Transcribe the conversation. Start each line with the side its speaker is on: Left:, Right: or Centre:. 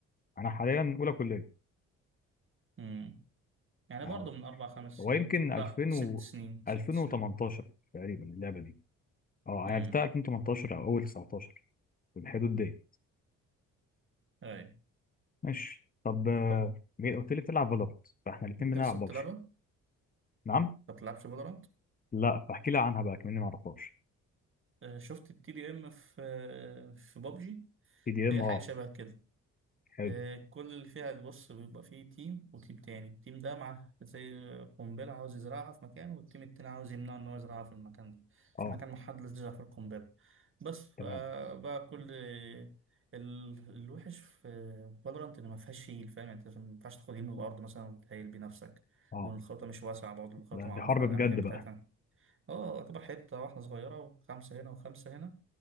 Left: انا حاليا اولى كليه
Right: امم يعني
Left: يعني
Right: برضو من اربع خمس
Left: هو
Right: سنين
Left: يمكن 2000
Right: لا ست
Left: و
Right: سنين ست
Left: 2018
Right: سنين
Left: تقريبا اللعبه دي اه
Right: امم
Left: لعبتها 2018 او اول 19 في الحدود دي
Right: ايوه
Left: ماشي طب آه،
Right: طب
Left: مين- قلت لي بتلعب فالورانت فاحنا الاثنين
Right: انت
Left: بنلعب
Right: لسه
Left: بابجي
Right: بتلعبها
Left: نعم
Right: ما بتلعبش فالورانت
Left: لا فاحكي لي عنها بقى كمان ما اعرفهاش
Right: آه، شفت التي دي ام في آه، في بابجي
Left: في دي ام
Right: هي
Left: اه
Right: حاجه شبه كده
Left: حلو
Right: آه، كل اللي فيها بص بيبقى فيه تيم وتيم تاني التيم ده مع زي قنبله عاوز يزرعها في مكان والتيم التاني عاوز يمنعه ان هو يزرعها في المكان ده في
Left: اه
Right: مكان محدد يزرع فيه القنبله بس فبقى
Left: تمام
Right: كل ال- الوحش في فالورانت ان ما فيهاش هيل فاهم يعني انت ما ينفعش تاخد هيل من الارض مثلا وتهيل بنفسك
Left: اه
Right: والخريطه مش واسعه برضه الخريطه
Left: ده
Right: معروفه
Left: دي حرب
Right: الاماكن
Left: بجد بقى
Right: بتاعتها اه يعتبر حته واحده صغيره وخمسه هنا وخمسه هنا